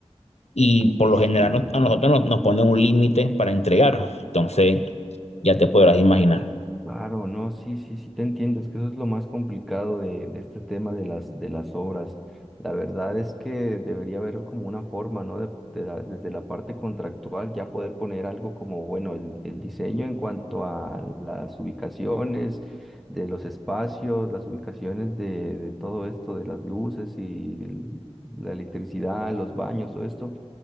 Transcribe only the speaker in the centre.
Ay,
sí.
Claro, no, sí, sí, sí te entiendo. Es que eso es lo más complicado de, de este tema de las, de las obras. La verdad es que debería haber como una forma, ¿no? De, de la- desde la parte contractual ya poder poner algo como, bueno, el, el diseño en cuanto a las ubicaciones de los espacios, las ubicaciones de, de todo esto, de las luces y el- la electricidad, los baños, todo esto